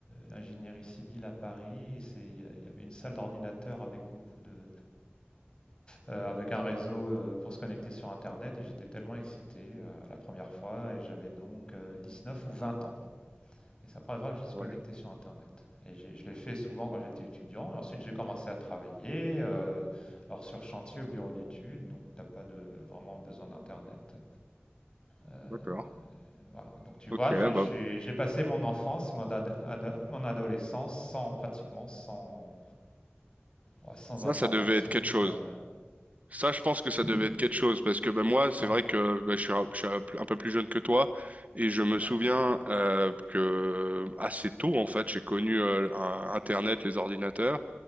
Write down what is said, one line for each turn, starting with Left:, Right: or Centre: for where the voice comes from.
Left: l'ingénierie civile à Paris. Et c'est- il y a- il y avait une salle d'ordinateur avec beaucoup de, euh, avec un réseau euh, pour se connecter sur Internet. Et j'étais tellement excité euh, la première fois. Et j'avais donc euh, neuf ou 20 ans. Et c'est la première fois que je suis
Right: Ouais,
Left: connecté sur Internet. Et je l'ai fait souvent quand j'étais étudiant. Et ensuite, j'ai commencé à travailler, euh, alors sur chantier au bureau d'études, donc t'as pas de, vraiment besoin d'Internet. Euh,
Right: d'accord.
Left: voilà. Donc tu
Right: Ok,
Left: vois, j'ai
Right: bah,
Left: passé mon enfance, et mon, ad- mon adolescence sans pratiquement sans, oh, sans
Right: ça,
Left: informatique.
Right: ça devait être quelque chose.
Left: euh.
Right: Ça, je pense que ça
Left: Oui.
Right: devait être quelque chose parce que ben moi, c'est
Left: Ouais.
Right: vrai que ben, je suis, un, je suis un un peu plus jeune que toi et je me souviens
Left: Ouais.
Right: euh, que assez tôt en fait, j'ai connu euh, un- Internet, les ordinateurs,